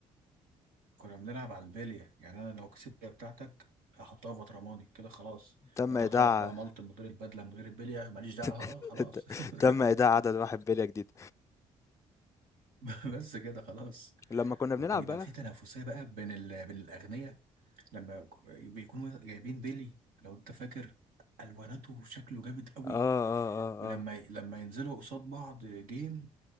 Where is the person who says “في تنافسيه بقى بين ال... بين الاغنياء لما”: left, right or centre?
Right